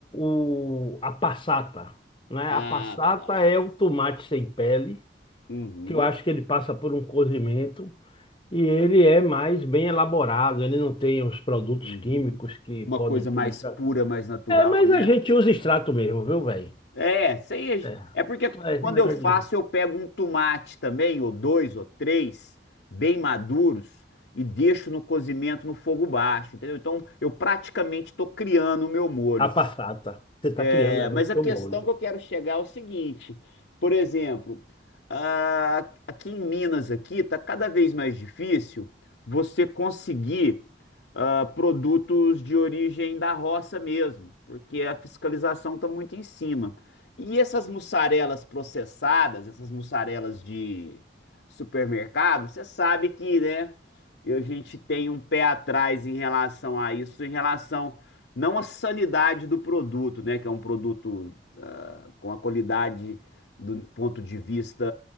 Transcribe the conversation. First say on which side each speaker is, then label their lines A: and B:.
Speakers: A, on the left; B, on the left.
A: o- a passata, né?
B: Ah,
A: A passata
B: tá.
A: é o tomate sem pele,
B: Uhum.
A: que eu acho que ele passa por um cozimento. E ele é mais bem elaborado, ele não tem os produtos
B: Uhum.
A: químicos que
B: Uma
A: podem
B: coisa
A: ter
B: mais
A: no extrato.
B: pura, mais natural,
A: É, mas
B: né?
A: a gente usa extrato mesmo, viu, velho?
B: É, isso aí
A: É,
B: é, é porque
A: é esse
B: quando
A: negócio
B: eu faço,
A: de
B: eu pego um tomate também, ou dois, ou três, bem maduros, e deixo no cozimento no fogo baixo, entendeu? Então eu praticamente estou criando o meu molho.
A: a passata. Você está criando
B: É,
A: aí
B: mas
A: o
B: a
A: seu
B: questão
A: molho.
B: que eu quero chegar é o seguinte, por exemplo, a- aqui em Minas aqui tá cada vez mais difícil você conseguir ah, produtos de origem da roça mesmo, porque a fiscalização está muito em cima. E essas mussarelas processadas, essas mussarelas de supermercado, você sabe que, né, a gente tem um pé atrás em relação a isso, em relação não a sanidade do produto, né? Que é um produto ah, com a qualidade do ponto de vista